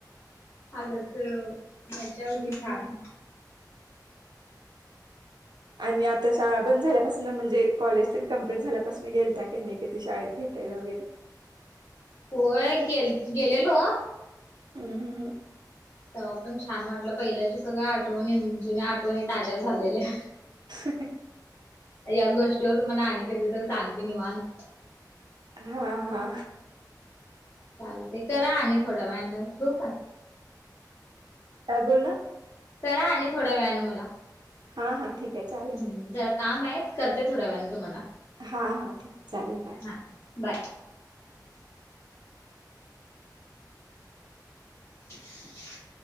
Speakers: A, on the left (about 35°); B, on the right (about 80°).
A: आगोदर मज्जा होती
B: हम्म
A: छान.
B: आणि आत्ता शाळा बंद झाल्यापासनं म्हणजे कॉलेज पण कंम्प्लीट झाल्यापासनं गेलता की नाही कधी शाळेत भेटायला वगैरे?
A: होय गेल- गेलेलो.
B: हम हम हम.
A: तेव्हा पण छान वाटलं पहिल्याची सगळ्या आठवणी जुन्या आठवणी ताज्या झालेल्या.
B: <unintelligible>
A: या गोष्टीवर तुम्हाला आणि कधीतरी सांगते निवांत.
B: हा हा.
A: चालतय करा आणि थोड्या वेळानं, ठेऊ का?
B: काय बोलला?
A: करा आणि थोड्या वेळान मला
B: हा हा ठीक आहे चालेल
A: हम्म जरा काम आहेत करते थोड्या वेळाने तुम्हाला.
B: हा हा ठीक चालेल बाय.
A: हा बाय <unintelligible>